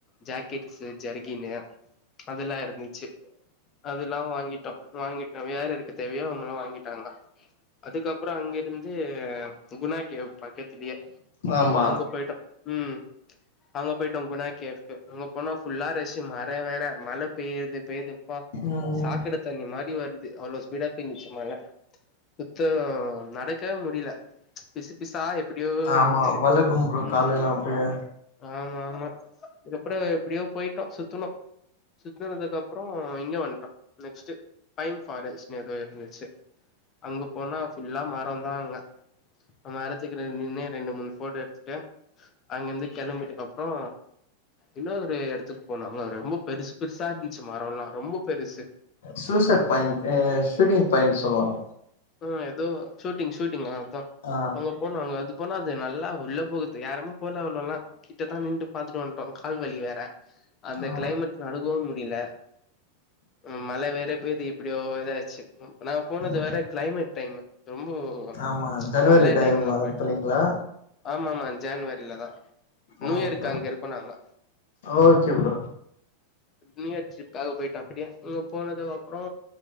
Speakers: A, on the left; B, on the left.
A: ஜாக்கெட் ஜருகின்னு அதெல்லா இருந்திச்சி அதெல்லா வாங்கிட்டோ வாங்கிட்டோ யார்யாருக்கு தேவயோ அவகல்லா வாங்கிட்டாங்க அதுக்கப்பறோ அங்கேருந் வந்து குணா கேவ் பக்கத்துலியே
B: ஆமா
A: அங்க போய்ட்டோ ம் அங்க போய்ட்டோ குணா கேவ்க்கு அங்க ஃபுல்லா ரஷ்ஷு மற வேற மழ பெய்றது பெய்து அப்பா
B: ம்
A: சாக்கட தண்ணி மாரி வருது து அவ்ளோ ஸ்பீடா பெஞ்சுது மழ சுத்தோ நடக்கவே முடில பிசு பிசா எப்ப எப்பிடியோ
B: ஆமா
A: இருந்துச்சு
B: வளக்கும் ப்ரோ
A: ம்
B: காலெல்லா அப்டியே
A: ஆமா ஆமா அதுக்கப்புறோ எப்டியோ போயிட்டோ சுத்துனோ சுத்துனதுக்கு அப்பறோ இங்க வந்துட்டோ நெக்ஸ்ட்டு பைம் ஃபாரஸ்ட்னு எதோ இருந்துச்சு அங்க போனா ஃபுல்லா மரோந்தா அங்க மரத்துக்கு நின்னு ரெண்டு மூணு ஃபோட்டோ எடுத்துட்டு அங்கயிந்து கெளம்புட்டுக்கு அப்பறோ இன்னோரு னொரு எடத்துக்கு போனோ அங்க ஒரு ரொம்ப பெருசு பெருசா இருந்துச்சு மரோல்லா ரொம்ப பெருசு
B: சூசைட் பாயிண்ட்டு ஷூட்டிங் பாயிண்ட் சொல்லுவாங்க
A: அ ஏதோ ஷூட்டிங் ஹூட்டிங் அ தா
B: ஆ
A: அங்க போனாங்க அது போனா அது நல் ல்லா உள்ள போகுது யாருமே போல அவ்ளோலா கிட்டத்தா நின்னுட்டு பாத்துட்டு வந்துட்டோம் கால்வலி வேற அந்த
B: ஆ
A: கிளைமேட் நடுங்கவு முடி டி இல்ல உம் மழ வேற பெய்து எப்டியோ இதாய்ர்ச்சு உம் நாங்க போனது
B: ம்
A: வேற க்ளாய்மிட் டைம்மு ரொம்போவ
B: ஆமா
A: ச்ச
B: ஜனவரி
A: மழே
B: டைம்
A: டைம்முல போய்ட்டோ
B: போனீங்களா
A: ஆமா ஆமா ஜென்வரிலதா நியூயேர்க்கு
B: ஓகே
A: அங்க இருப்போ நாங்க
B: ஓகே ப்ரோ
A: மீனாட்சி பாக்க போயிடோ அப்டியே அங்க போனதக அப்றோ